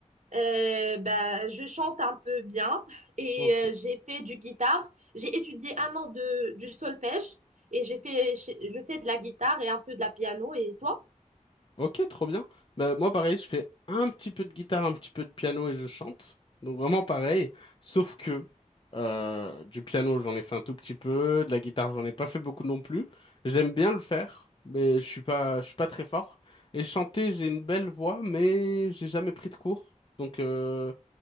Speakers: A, on the right; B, on the left.
A: Euh, bah, je chante un peu bien et
B: Ok.
A: euh, j'ai fait du guitare. J'ai étudié un an de, du solfège et j'ai fait, je fais de la guitare et un peu de la piano. Et toi?
B: Ok, trop bien. Bah, moi, pareil, je fais un petit peu de guitare, un petit peu de piano et je chante. Donc, vraiment pareil. Sauf que euh, du piano, j'en ai fait un tout petit peu. De la guitare, j'en ai pas fait beaucoup non plus. J'aime bien le faire, mais je suis pas, je suis pas très fort. Et chanter, j'ai une belle voix, mais j'ai jamais pris de cours. Donc, euh,